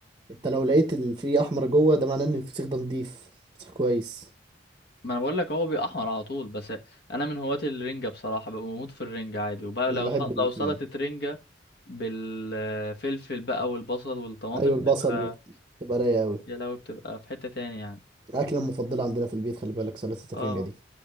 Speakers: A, on the right (about 25°); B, on the left (about 60°).
A: انت لو لقيت ال- في احمر جوه ده معناه ان الفسيخ ده نضيف فسيخ كويس
B: ما انا بقول لك هو بيبقى احمر على طول بس انا من هواة الرنجة بصراحة ببقى بموت في الرنجة عادي وبقى
A: انا
B: لو ص-
A: بحب الاتنين
B: لو سلطة رنجة بالفلفل بقى والبصل والطماطم
A: ايوه
B: بتبقى
A: البصل تبقى رايقه قوي
B: يا لهوي بتبقى في حتة تاني يعني
A: الاكله المفضله عندنا في البيت خلي بالك سلطه
B: اه
A: الرنجه دي